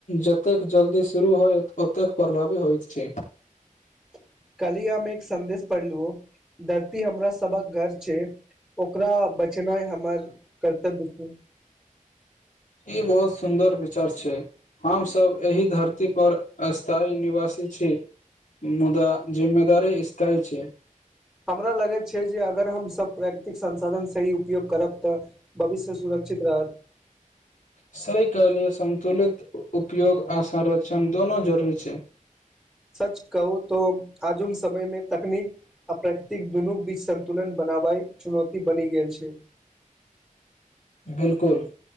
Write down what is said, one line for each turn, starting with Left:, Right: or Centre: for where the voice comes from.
Left: जतेक जल्दी शुरू होय ओतेक प्रभावी होइत छै
Centre: <unintelligible> कली हममे एक संदेश पढ़लहु धरती हमरा सबहक घर छै ओकरा बचेनाइ हमर कर्तव्य छै
Left: ई बहुत सुन्दर विचार छै हमसभ एहि धरती पर स्थायी निवासी छी मुदा जिम्ममेदारी स्थाय छै
Centre: हमरा लगैत छै जे अगर हम सब प्राकृतिक संसाधन सही उपयोग करब तऽ भविष्य सुन चित रहत
Left: सह कहलिय संन्तुलित उपयोग आ संरक्षण दोनो जरूरी छै
Centre: सच कहू तो आजुम समय मे तकनीक आ प्रकृतिक दुनू बीच संतुलन बनावइ चुनौती बनि गेल छै
Left: बिल्कुल